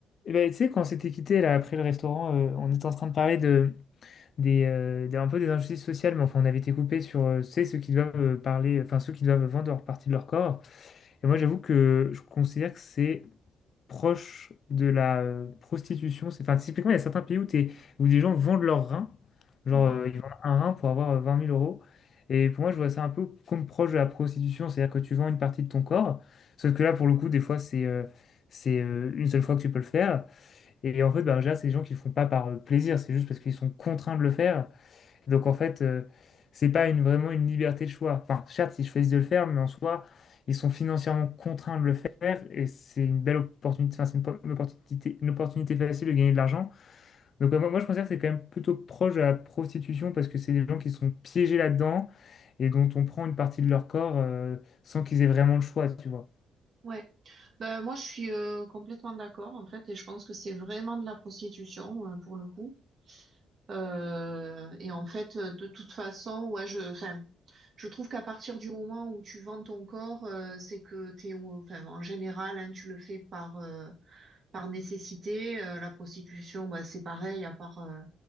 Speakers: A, on the left; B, on the right.
A: Eh ben, tu sais, quand on s'était quitté là après le restaurant, euh, on était en train de parler de, des, euh, des- un peu des injustices sociales, mais enfin on avait été coupé sur euh, tu sais, ceux qui doivent euh, parler, enfin ceux qui doivent vendre leur partie de leur corps. Et moi j'avoue que je considère que c'est proche de la euh, prostitution. C'est, enfin, typiquement, il y a certains pays où, t'es- où des gens vendent leurs reins, genre
B: Mm.
A: euh, ils vendent un rein pour avoir euh, 20 000 euros. Et pour moi, je vois ça un peu comme proche de la prostitution, c'est-à-dire que tu vends une partie de ton corps, sauf que là, pour le coup, des fois, c'est euh, c'est euh, une seule fois que tu peux le faire. Et en fait, bah, déjà, c'est des gens qui le font pas par euh, plaisir, c'est juste parce qu'ils sont contraints de le faire. Donc en fait, euh, c'est pas une, vraiment une liberté de choix. Enfin, certes, ils choisissent de le faire, mais en soi, ils sont financièrement contraints de le faire et c'est une belle opportunité, enfin, c'est une, po- une opportunité, une opportunité facile de gagner de l'argent. Donc euh, moi, moi, je considère que c'est quand même plutôt proche de la prostitution parce que c'est des gens qui sont piégés là-dedans et dont on prend une partie de leur corps euh, sans qu'ils aient vraiment le choix, tu vois.
B: Ouais, ben, moi je suis euh, complètement d'accord en fait et je pense que c'est vraiment de la prostitution euh, pour le coup. Euh, et en fait euh, de toute façon ouais je enfin je trouve qu'à partir du moment où tu vends ton corps euh, c'est que t'es au- enfin en général hein, tu le fais par euh, par nécessité. Euh, la prostitution bah, c'est pareil à part euh,